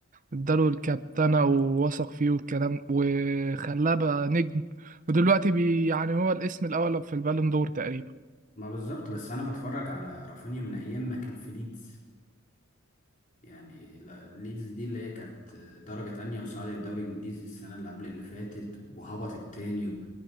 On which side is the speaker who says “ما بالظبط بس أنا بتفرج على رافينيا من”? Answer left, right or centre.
Left